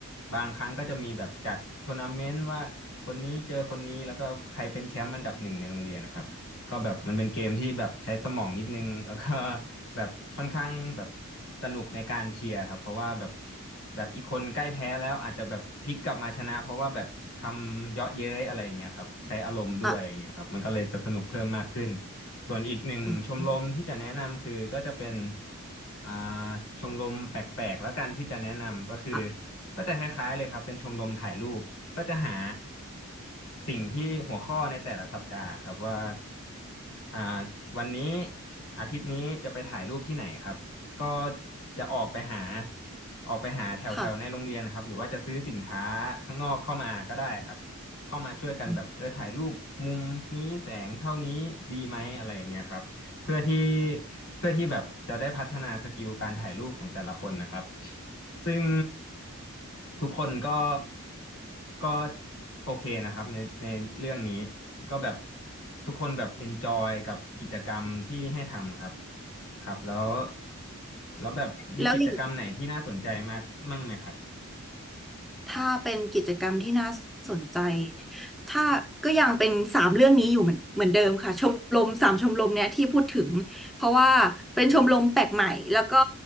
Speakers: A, on the left (about 70°); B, in the centre.
A: บางครั้งก็จะมีแบบจัดทัวร์นาเมนต์ว่าคนนี้เจอคนนี้แล้วก็ใครเป็นแชมป์อันดับหนึ่งในโรงเรียนนะครับ ก็แบบมันเป็นเกมที่แบบใช้สมองนิดนึงแล้วก็แบบค่อนข้างแบบสนุกในการเชียร์ครับเพราะว่าแบบแบบอีกคนใกล้แพ้แล้วอาจจะแบบพลิกกลับมาชนะเพราะว่าแบบคำเยาะเย้ยอะไรอย่างเงี้ยครับใช้อารมณ์ด้วยอย่างเงี้ยครับมันก็เลยจะสนุกเพิ่มมากขึ้น
B: ค่ะ
A: ส่วนอีกหนึ่งชมรมที่จะแนะนำคือก็จะเป็น
B: อืม
A: อ่าชมรมแปลกๆแล้วกันที่จะแนะนำก็คือ
B: ค่ะ
A: ก็จะคล้ายๆเลยครับเป็นชมรมถ่ายรูป ก็จะหาสิ่งที่หัวข้อในแต่ละสัปดาห์ครับว่าอ่าวันนี้อาทิตย์นี้จะไปถ่ายรูปที่ไหนครับก็จะออกไปหาออกไปหาแถวแถวในโรงเรียนนะครับหรือว่าจะซื้อสินค้าข้างนอกเข้ามาก็ได้ครับเข้ามาช่วยกันแบบเออถ่ายรูปมุมนี้แสงเท่านี้ดีไหมอะไรอย่างเงี้ยครับเพื่อที่
B: ค่ะอืม
A: เพื่อที่แบบจะได้พัฒนาสกิลการถ่ายรูปของแต่ละคนนะครับซึ่งทุกคนก็ ก็โอเคนะครับในในเรื่องนี้ก็แบบทุกคนแบบเอนจอยกับกิจกรรมที่ให้ทำครับครับแล้วแล้วแบบมีกิจกรรมไหนที่น่าสนใจมากมั่งไหมครับ
B: แล้วอย่าง ถ้าเป็นกิจกรรมที่น่าสนใจ ถ้าก็ยังเป็นสามเรื่องนี้อยู่เหมือนเหมือนเดิมค่ะชมรมสามชมรมเนี่ยที่พูดถึงเพราะว่าเป็นชมรมแปลกใหม่แล้วก็